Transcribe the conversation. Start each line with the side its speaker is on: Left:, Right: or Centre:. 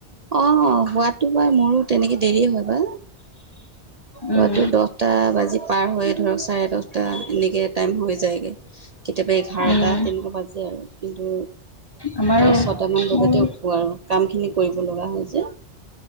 Right: অ', শুৱাটো বাৰু মোৰো তেনেকে দেৰিয়ে হয়, বা, শুৱাতো
Left: উম
Right: দহ আঠটা বাজি পাৰ হয় ধৰক, চাৰে দহটা এনেকে টাইম হৈ যায়গে। কেতিয়াবা এঘাৰটা
Left: উম
Right: তেনেকুৱা বাজে আৰু, কিন্তু
Left: আমাৰো
Right: ছয়টামান বজাতে
Left: উম
Right: উঠো আৰু। কামখিনি কৰিব লগা হয় যে।